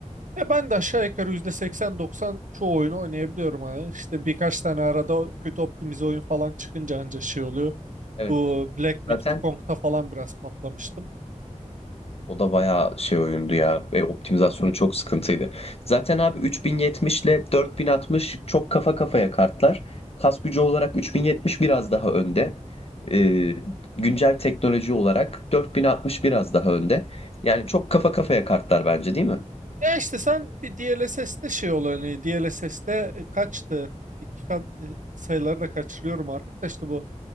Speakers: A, on the right (about 80°); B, on the left (about 50°).
A: Ya ben de aşağı yukarı %80-90 çoğu oyunu oynayabiliyorum hani işte birkaç tane arada kötü optimize oyun falan çıkınca anca şey oluyor.
B: Evet
A: Bu Black Myth
B: zaten
A: Wukong'da falan biraz patlamıştım.
B: o da bayağı şey oyundu ya ve optimizasyonu çok sıkıntıydı. Zaten abi 3070 ile 4060 çok kafa kafaya kartlar. Kas gücü olarak 3070 biraz daha önde. Ee, güncel teknoloji olarak 4060 biraz daha önde. Yani çok kafa kafaya kartlar bence değil mi?
A: Ya işte sen bir DLSS'te şey olanı DLSS'te kaçtı? İki kat e, sayıları da kaçırıyorum artık da işte bu